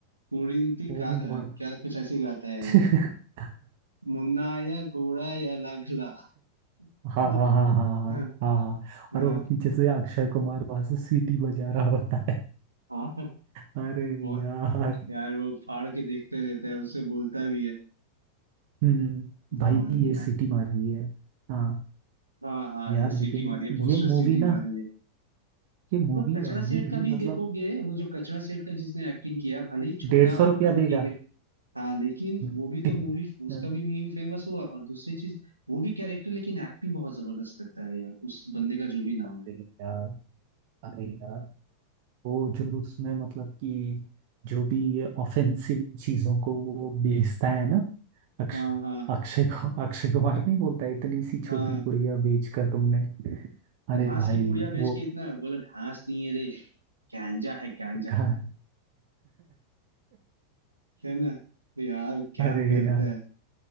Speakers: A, on the right (about 80°); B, on the right (about 50°).
A: कुरिंती
B: वो
A: का
B: भी
A: अ,
B: बहुत
A: क्या कुछ ऐसे ही गाता है
B: <laughs>
A: यार मुन्ना या घोड़ा या लाखला
B: हाँ
A: है ना
B: हाँ हाँ हाँ
A: हाँ
B: हाँ हाँ
A: हाँ
B: और वो पीछे से अक्षय कुमार वहां से सीटी बजा रहा होता है
A: हाँ,
B: अरे
A: बहुत
B: यार
A: यार वो फाड़ के देखते रहता है उससे बोलता भी है
B: हम्म भाई
A: वाह
B: ये
A: यार
B: सीटी मार रही है हाँ
A: हाँ हाँ
B: यार
A: ये सीटी
B: लेकिन
A: मारी है पोस्टर
B: ये मूवी
A: सीटी
B: ना
A: मार रही है
B: ये मूवी
A: पर कचरा
B: अभी
A: सेठ का
B: भी
A: भी
B: मतलब
A: देखोगे वो जो कचरा सेठ का जिसने एक्टिंग किया भले ही छोटा
B: डेढ़ सौ रुपया
A: और कम
B: देगा
A: किए गए हाँ लेकिन
B: हम्म,
A: वो भी तो मूवी उसका भी मीम फेमस हुआ और दूसरी चीज वो भी कैरेक्टर लेकिन एक्टिंग बहुत जबरदस्त करता है यार उस बंदे का जो भी नाम
B: अरे
A: है
B: यार अरे यार वो जो उसमें मतलब कि जो भी ये ऑफेंसिव चीजों को वो बेचता
A: हाँ
B: है ना अक्षय
A: हाँ हाँ
B: अक्षय को अक्षय कुमार नहीं बोलता है, इतनी सी छोटी
A: हाँ
B: पुड़िया बेच कर तुमने अरे
A: घास
B: भाई
A: की पुड़िया बेच
B: वो
A: के इतना बोला घास नहीं है रे गांजा है गांजा
B: <laughs>
A: है ना तो यार क्या
B: अरे
A: करता
B: यार
A: है